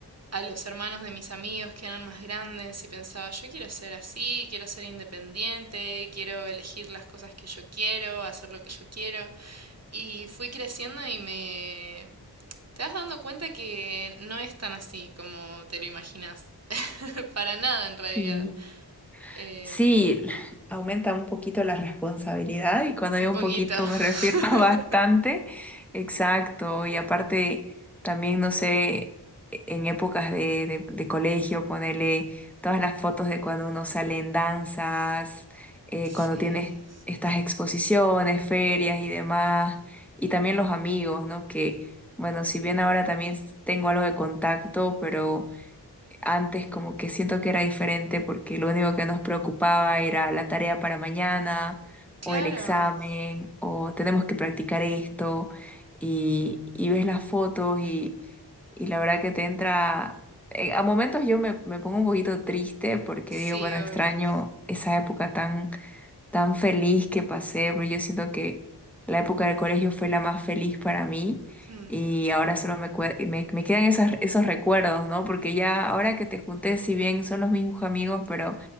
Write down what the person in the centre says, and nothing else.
Y
sí, aumenta un poquito la responsabilidad y cuando
digo
un poquito
me refiero a bastante. Exacto. Y aparte, también, no sé, e-, en épocas de, de- de colegio, ponerle todas las fotos de cuando uno sale en danzas, eh,
cuando tienes estas exposiciones, ferias y demás. Y también los amigos, ¿no? Que, bueno, si bien ahora también tengo algo de contacto, pero... Antes como que siento que era diferente porque lo único que nos preocupaba era la tarea para mañana
o el examen o tenemos que practicar esto y, y ves las fotos y, y la verdad que te entra... eh, A momentos yo me, me pongo un poquito triste porque
digo, bueno,
extraño esa época tan tan feliz que pasé, porque yo siento que la época del colegio fue la más feliz para mí
y ahora solo me, cue- me, me quedan esas, esos recuerdos, ¿no? Porque ya ahora que te junté, si bien son los mismos amigos, pero